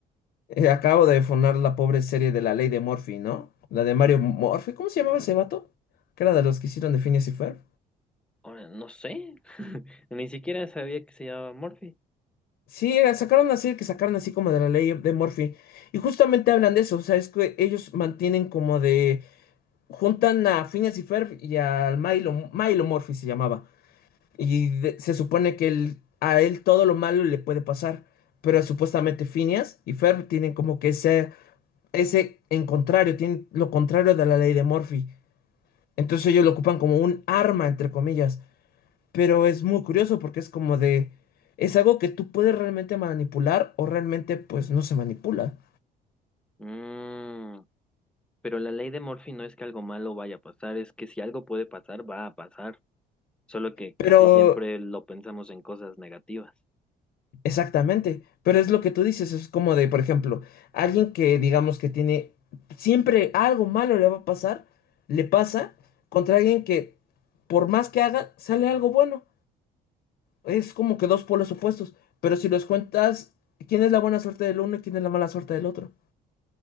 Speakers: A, on the left; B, in the centre.
A: Eh, acabo de funar la pobre serie de La Ley de Murphy, ¿no? La de Mario Murphy, ¿cómo se llamaba ese vato? Que era de los que hicieron de Phineas y Ferb.
B: Ahora, no sé, <laughs> ni siquiera sabía que se llamaba Murphy.
A: Sí, era- sacaron una serie que sacaron así como de la ley de Murphy. Y justamente hablan de eso. O sea, es que ellos mantienen como de. Juntan a Phineas y Ferb y al Milo. Milo Murphy se llamaba. Y de- se supone que él- a él todo lo malo le puede pasar. Pero supuestamente Phineas y Ferb tienen como que ese. Ese en contrario. Tienen lo contrario de la ley de Murphy. Entonces ellos lo ocupan como un arma, entre comillas. Pero es muy curioso porque es como de, es algo que tú puedes realmente manipular o realmente pues no se manipula.
B: Mm, pero la ley de Murphy no es que algo malo vaya a pasar, es que si algo puede pasar, va a pasar. Solo que
A: Pero,
B: casi siempre lo pensamos en cosas negativas.
A: exactamente, pero es lo que tú dices, es como de, por ejemplo, alguien que digamos que tiene, siempre algo malo le va a pasar, le pasa contra alguien que por más que haga, sale algo bueno. Es como que dos polos opuestos, pero si los cuentas, ¿quién es la buena suerte del uno y quién es la mala suerte del otro?